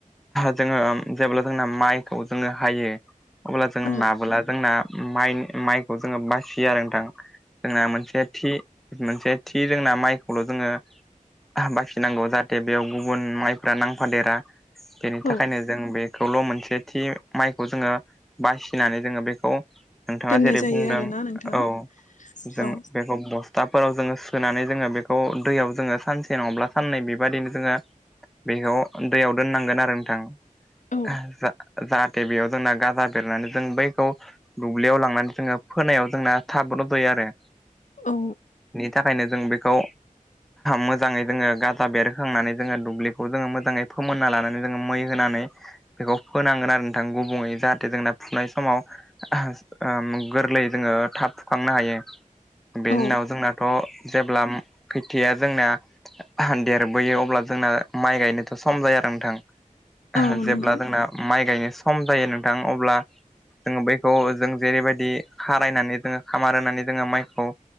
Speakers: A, in the centre; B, on the left.
A: जोङो जेब्ला जोंना माइखौ जोङो हायो अब्ला जोङो
B: औ
A: नाबोला
B: औ
A: जोंना माइ माइखौ जोङो बासियो आरो नोंथां। जोंना मोनसे थि मोनसे थि जोंना माइखौल' जोङो बाखिनांगौ जा जे बेयाव गुबुन माइफ्रा नांफादेरा बेनि
B: औ
A: थाखायनो जों बे खौल' मोनसे थि माइखौ जोङो बासिनानै जोङो बेखौ नोंथाङा
B: दोननाय
A: जेरै
B: जायो
A: बुंदों
B: आरोना नोंथां
A: औ जों
B: औ
A: बेखौ बस थाफोराव जोङो सोनानै जोङो बेखौ दैयाव जोङो सानसे नङाब्ला साननै बेबायदिनो जोङो बेखौ दैयाव दोननांगोन आरो नोंथां
B: औ
A: जा जाहाथे बेयाव जोंना गाजा बेरनानै जों बैखौ दुब्लियाव लांनानै जोङो फोनायाव जोंना थाब रज'यो आरो।
B: औ
A: बेनि थाखायनो जों बेखौ मोजाङै जोङो गाजा बेरखांनानै जोङो दुब्लिखौ जोङो मोजाङै फोमोनना लानानै जोङो मै होनानै बेखौ फोनांगोन आरो नोंथां गुबुङै जाहाथे जोंना फुनाय समाव गोरलै जोङो थाब फुखांनो हायो। बेनि
B: औ
A: उनाव जोंनाथ' जेब्ला खोथिया जोंना देरबोयो अब्ला जोंना माइ गायनो सम जाया आरो नोंथां
B: औ नंगौ
A: जेब्ला जोंना माइ गायनो सम जायो नोंथां अब्ला जोङो बैखौ जों जेरैबायदि खारायनानै जोङो खामार होनानै जोङो माइखौ